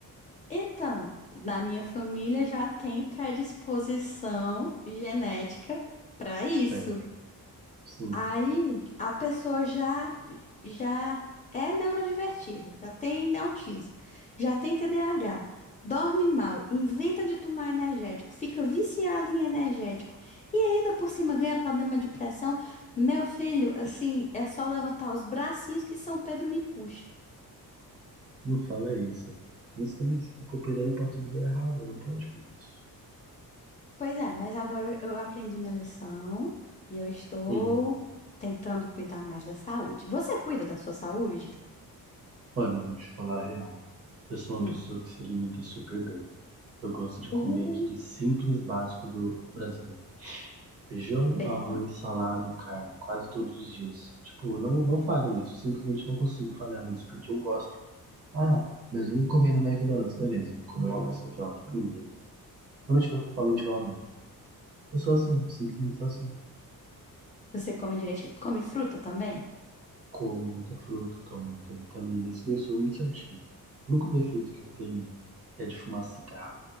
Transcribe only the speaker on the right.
Certo. Sim,
não fala isso. Mas também você tá cooperando pra tudo dar errado, não pode fazer isso.
Uhum.
Olha, eu vou te falar a real. Eu sou uma
pessoa que se alimenta super bem. Eu gosto de
comer aquele simples básico do brasileiro. Feijão,
arroz, salada e carne, quase todos os dias. Tipo, eu não, não falho nisso. Simplesmente não consigo falhar nisso, porque eu gosto. Ah, mas vamos comer no McDonald's, beleza. Comer um arroz, feijão, tipo, ninguém. Quando eu tiver com fome, a gente vai lá no Mac. Eu sou assim, simplesmente sou assim.
Como muita fruta, tomo muita vitamina, isso daí eu sou muito certinho. O único defeito que eu tenho é de fumar cigarro.